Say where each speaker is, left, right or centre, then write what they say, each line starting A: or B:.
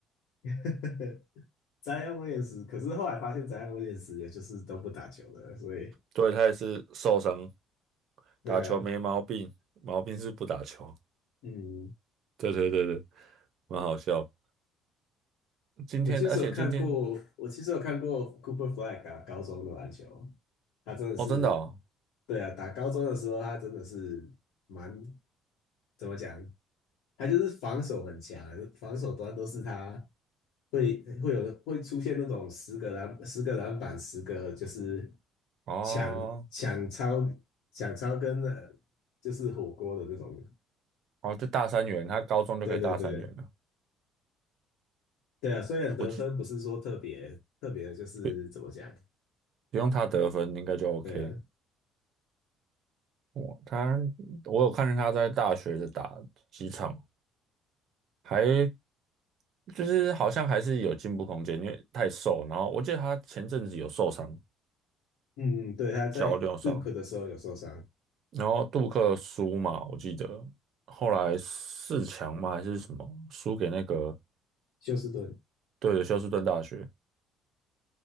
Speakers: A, on the left; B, on the right.
A: <laughs> 宅姆我也是，可是后来发现詹姆斯也是也就是都不打球的，所以
B: 对，他也是受伤，
A: 对啊，
B: 打球没毛病，毛病是不打球。
A: 嗯，
B: 对对对对，蛮好笑。今天，
A: 我其实有看过，
B: 而且今天，
A: 我其实有看过 Cooper Flag 打高中的篮球，他真的是，
B: 哦，真的哦，
A: 对啊，打高中的时候他真的是蛮怎么讲，他就是防守很强，防守端都是他。会会有会出现那种十个篮十个篮板，十个就是
B: 哦，
A: 抢抢超抢超跟呃就是火锅的那种。
B: 哦，就大三元，他高中就可以大三元了。
A: 对对对对啊，虽然得分不是说特别特别，
B: 我记
A: 就是怎么讲？
B: 不不用他得分，应该就 OK。
A: 对啊，
B: 我他我有看见他在大学的打几场，还就是好像还是有进步空间，因为太瘦。然后我记得他前阵子有受伤，
A: 嗯，嗯对，他在
B: 脚扭伤，
A: d u 的时候有受伤，
B: 然后杜克输嘛，我记得后来四强嘛还是什么输给那个
A: 休斯顿。
B: 对的休斯顿大学。